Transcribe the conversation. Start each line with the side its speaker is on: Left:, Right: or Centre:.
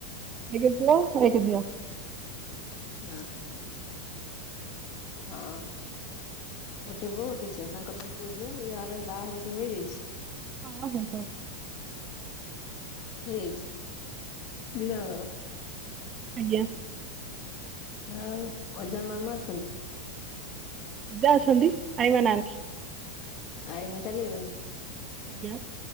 Right: ଟିକେ ପୁଅ ସାଇଟି ଦିଅ।
Left: ନା ହଁ। ଗୋଟେ ପୁଅ ଗୋଟେ ଝିଅ ତାଙ୍କର ସବୁ‌ ପୁଅ ଝିଅ ଦୁଇ ବାହାଘର ବାହାଘର ସବୁ ହେଇଯାଇଛି।
Right: ହଁ ହେବ।
Left: ହେଇଯାଇଚି ଦି ଜଣଙ୍କର।
Right: ଆଜ୍ଞା।
Left: ଆଉ କଜିଆ ମାମା ଅଛନ୍ତି?
Right: ଅଜା ଅଛନ୍ତି ଆଈମା ନାହାନ୍ତି।
Left: ଆଈମା ଚାଲିଗଲେଣି।
Right: ଆଜ୍ଞା।